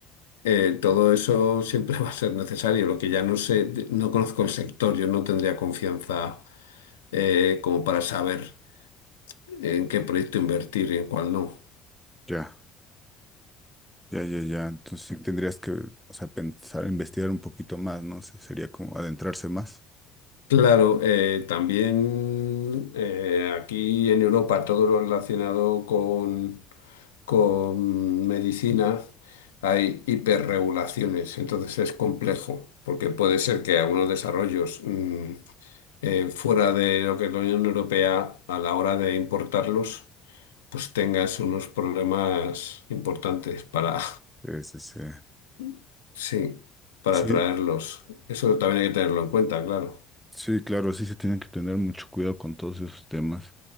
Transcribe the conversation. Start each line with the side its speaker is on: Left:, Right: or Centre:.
Left: Eh, todo eso siempre <laughs> va a ser necesario. Lo que ya no sé, no conozco el sector, yo no tendría confianza eh, como para saber en qué proyecto invertir y en cuál no.
Centre: Ya, ya, ya, ya. Entonces sí tendrías que, o sea, pensar, investigar un poquito más, ¿no? Se- Sería como adentrarse más.
Left: Claro, eh, también eh, aquí en Europa todo lo relacionado con Con medicina hay hiperregulaciones, entonces es complejo, porque puede ser que algunos desarrollos mm, eh, fuera de lo que es la Unión Europea, a la hora de importarlos, pues tengas unos problemas importantes para,
Centre: Sí, sí, sí.
Left: <laughs> sí, para
Centre: Sí,
Left: traerlos. Eso también hay que tenerlo en cuenta, claro.
Centre: Sí, claro, sí se tienen que tener mucho cuidado con todos esos temas.